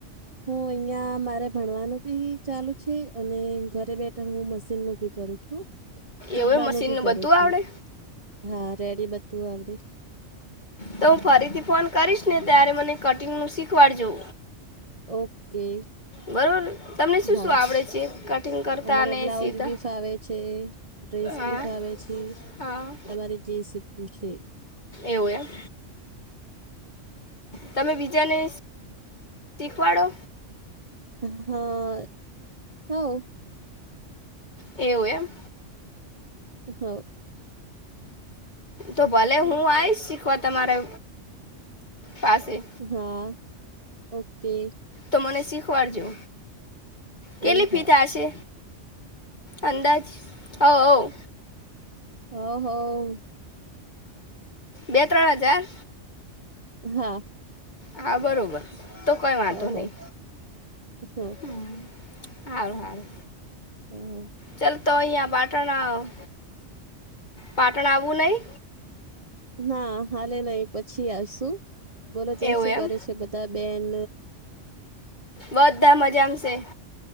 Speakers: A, on the right; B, on the left.
A: હું અહિયાં મારે ભણવાનું બી ચાલુ છે અને ઘરે બેઠા હું મશીન નું ભી કરું છું સી્બા
B: એવું મશીનનું
A: નું ભી કરું
B: બધું
A: છું.
B: આવડે
A: હા રેડી બધું આવડે
B: તો હું ફરીથી ફોન કરીશ ને ત્યારે મને કટિંગનું શીખવાડજો.
A: ઓકે
B: બરોબર તમને શું
A: હા.
B: શું આવડે છે કટિંગ કરતા
A: અ મને
B: અને
A: બ્લાઉજ
B: સીવતા
A: બી ફાવે છે ડ્રેસ
B: હા
A: પી ફાવે છે
B: હા
A: તમારી જે સીખવુ છે એ
B: એવુ એમ તમે બીજાને શીખવાડો
A: હા હવ
B: એવું એમ
A: હ
B: તો ભલે
A: હવ
B: હું આવીશ શીખવા તમારે પાસે
A: હા ઓકે
B: તો મને શીખવાડ જો, કેટલી
A: એ હાર
B: ફી થાશે. અંદાજ હો આવુ
A: હ હ
B: બે ત્રણ હજાર
A: હા
B: હા બરોબર તો કઈ વાંધો
A: હવ
B: નહી
A: હવ
B: હ, હાર હારુ
A: હમ,
B: ચાલ તો અહીંયા પાટણ, પાટણ આવવું નહી
A: ના હાલે નહી પછી આવીશું બોલો ત્યાં
B: એવું
A: શું
B: એમ
A: કરે છે બધા બેન
B: બધા મજામ શે.